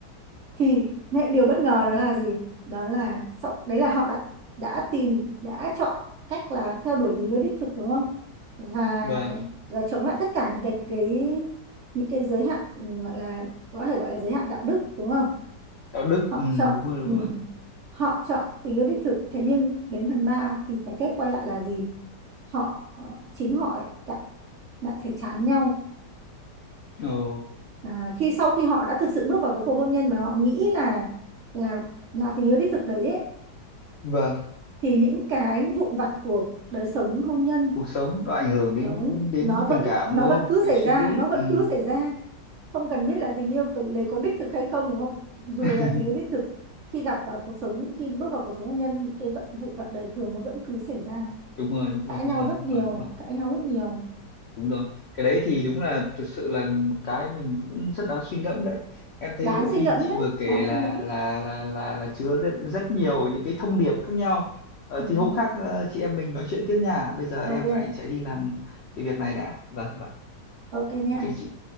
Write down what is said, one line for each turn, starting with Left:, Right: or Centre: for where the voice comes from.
Right: thì điều bất ngờ đó là gì đó là sau, đấy là họ đã đã tìm đã chọn cách là theo đuổi tình yêu đích thực đúng không và
Left: vâng
Right: và chống lại tất cả những cái cái những cái giới hạn ừ, gọi là có thể gọi là giới hạn đạo đức đúng không
Left: đạo đức
Right: họ
Left: ừ
Right: chọn
Left: đúng rồi đúng
Right: ừ,
Left: rồi
Right: họ chọn tình yêu đích thực thế nhưng đến phần 3 thì cái kết quay lại là gì họ ờ, chính họ lại đã, đã thấy chán nhau
Left: ồ
Right: à, khi sau khi họ đã thực sự bước vào cái cuộc hôn nhân mà họ nghĩ là là là tình yêu đích thực đấy ấy,
Left: vâng
Right: thì những cái vụn vặt của đời sống hôn nhân
Left: cuộc sống nó ảnh hưởng đến
Right: đúng,
Left: đến
Right: nó vẫn
Left: tình cảm
Right: nó
Left: đúng
Right: vẫn
Left: không
Right: cứ
Left: đến
Right: xảy
Left: suy
Right: ra
Left: nghĩ
Right: nó vẫn
Left: ừ.
Right: cứ xảy ra không cần biết là tình yêu có- đấy có đích thực hay không đúng không dù
Left: <laughs>
Right: là tình yêu đích thực khi gặp vào cuộc sống khi bước vào cuộc sống hôn nhân những cái vận vụn vặt đời thường nó vẫn cứ xảy ra
Left: đúng rồi đúng rồi
Right: cãi
Left: đúng
Right: nhau
Left: rồi
Right: rất
Left: đúng
Right: nhiều
Left: rồi đúng rồi
Right: cãi nhau rất nhiều
Left: đúng rồi cái đấy thì đúng là thực sự là một cái mình cũng rất đáng suy ngẫm đấy em thấy
Right: đáng
Left: bộ phim
Right: suy ngẫm
Left: chị
Right: đấy
Left: vừa kể
Right: đáng
Left: là
Right: suy ngẫm
Left: là là là là chứa đựng rất nhiều những cái thông điệp khác nhau ờ,
Right: đúng
Left: thì
Right: không
Left: hôm khác ờ, chị em mình nói chuyện tiếp nha bây giờ
Right: ok
Left: em phải chạy đi làm cái việc này đã vâng vâng
Right: ok nha
Left: ok chị